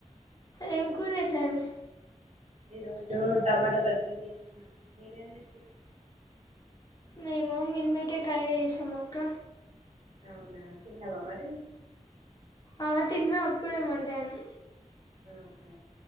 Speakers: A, on the left; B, on the right.
A: ఏం కూర చేశారు.
B: ఈ రోజు టమాటా పచ్చడి చేసిన మీరేం చేసిండ్రు.
A: మేము మిల్ మేకర్ కర్రీ చేసాము అక్క.
B: అవునా తిన్నావా మరి
A: ఆ తిన్నా అప్పుడే మధ్యాహ్నం
B: ఓహో